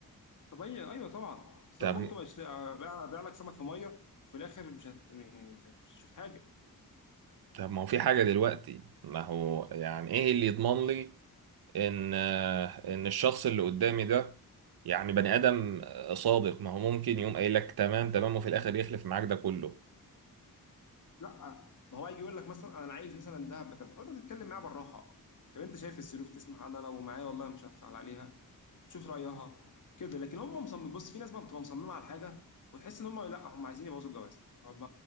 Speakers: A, on the left (about 55°); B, on the right (about 80°).
A: طب هي ايوه طبعا بس
B: طب
A: انا ممكن أشت- ابيع أبيع لك سمك في ميه وفي الاخر مش هت... يعني مش هت- مش هتشوف حاجه
B: طب ما هو في حاجة دلوقتي ما هو يعني ايه اللي يضمن لي ان ان الشخص اللي قدامي ده يعني بني آدم صادق ما هو ممكن يقوم قايل لك تمام تمام وفي الآخر يخلف معاك ده كله
A: لا آه، ما هو هيجي يقول لك مثلا انا عايز مثلا دهب بكذا فانت تتكلم معاه بالراحه طب انت شايف الظروف تسمح انا لو معايا والله مش هبخل عليها شوف رايها كده لكن هم مصمم بص في ناس بقى بتبقى مصممه على حاجه وتحس ان هم لا هم عايزين يبوظوا الجواز هم